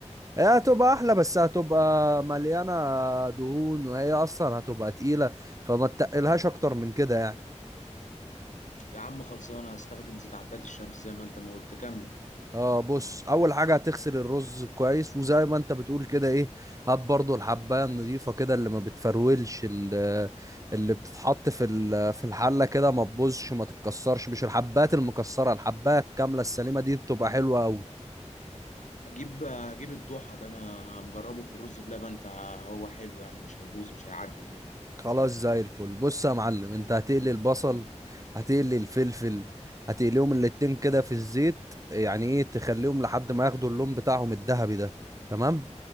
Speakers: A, on the right (about 25°); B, on the left (about 85°).
A: هي هتبقى احلى بس هتبقى مليانه دهون وهي اصلا هتبقى تقيله فما تقلهاش اكتر من كده يعني
B: يا عم خلصانه هستخدم زيت عباد الشمس زي ما انت ما قلت كمل
A: اه بص اول حاجه هتغسل الرز كويس وزي ما انت بتقول كده ايه هات برضو الحبايه النظيفه كده اللي ما بتفرولش ال- اللي بتتحط في ال- في الحله كده ما تبوظش ما تتكسرش مش الحبات المكسره الحبايه الكامله السليمه دي بتبقى حلوه قوي
B: اجيب اجيب الضحى ده انا مجربه في الرز بلبن فهو حلو يعني مش هيبوظ مش هيعجن مني
A: خلاص زي الفل بص يا معلم انت هتقلي البصل هتقلي الفلفل هتقليهم الاتنين كده في الزيت يعني ايه تخليهم لحد ما ياخدوا اللون بتاعهم الذهبي ده تمام